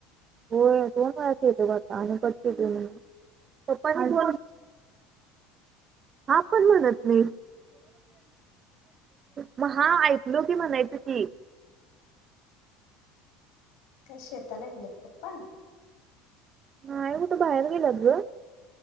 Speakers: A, on the right; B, on the left.
A: <unintelligible>
B: <inaudible>
A: हा पण म्हणत नाही. म हा ऐकलो की म्हणायच की
B: काय शेताला गेलं पप्पा
A: नाही कुठं बाहेर गेलात ग